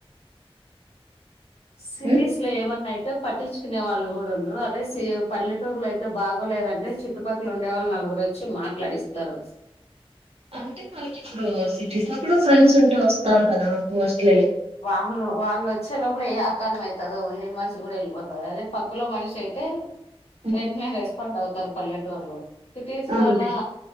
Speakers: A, on the left; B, on the right.
A: సిటీస్
B: ఉమ్
A: లో ఏమన్నా అయితే పట్టించుకునే వాళ్ళు కూడా ఉండరు అదే సే పల్లెటూర్లో అయితే బాగోలేదంటే చుట్టుపక్కల ఉండేవాళ్ళు నలుగురు వచ్చి మాట్లాడిస్తారు
B: అంటే తనకి ఇప్పుడు సిటీస్ లో కూడా ఫ్రెండ్స్ ఉంటే వస్తారు కదా మోస్ట్లీ
A: వాళ్ వాళ్ళు వచ్చే లోపల ఏ ఆకాలం అయితదో నిను మనిషి కూడా వెళ్ళిపోతది అదే పక్కలో మనిషి అయితే
B: అ
A: వెంటనే రెస్పాండ్ అవుతారు పల్లెటూర్లో సిటీస్
B: అవునులే
A: లోన